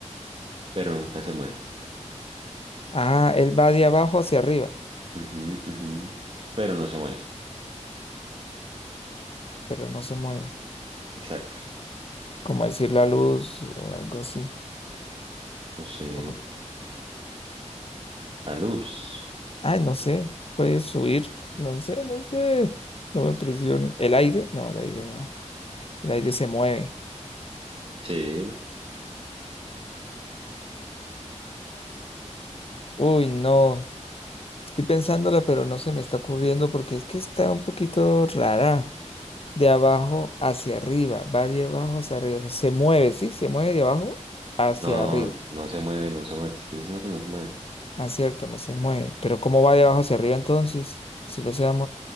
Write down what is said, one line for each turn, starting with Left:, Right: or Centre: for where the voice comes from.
Right: pero nunca se mueve.
Left: Ah, él va de abajo hacia arriba,
Right: Ujú, ujú. Pero no se mueve.
Left: pero no se mueve.
Right: Exacto.
Left: Como decir la luz o algo así.
Right: No sé.
Left: O-
Right: La luz.
Left: Ay, no sé. Puede subir. No sé, no sé. No me presione. ¿El aire? No, el aire no. El aire se mueve.
Right: Sí.
Left: Uy, no. Estoy pensándola, pero no se me está ocurriendo porque es que está un poquito rara. De abajo hacia arriba. Va de abajo hacia arriba. O sea, se mueve, ¿sí? Se mueve de abajo hacia
Right: No,
Left: arriba.
Right: no se mueve, no se mueve. Te estoy diciendo que no se mueve.
Left: Ah, cierto, no se mueve. Pero ¿cómo va de abajo hacia arriba entonces? Si lo se